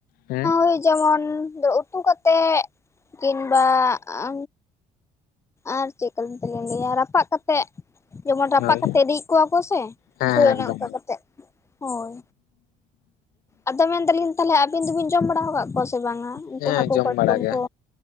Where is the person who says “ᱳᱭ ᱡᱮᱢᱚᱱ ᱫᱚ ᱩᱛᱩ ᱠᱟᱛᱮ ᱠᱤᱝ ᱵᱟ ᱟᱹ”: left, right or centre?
Left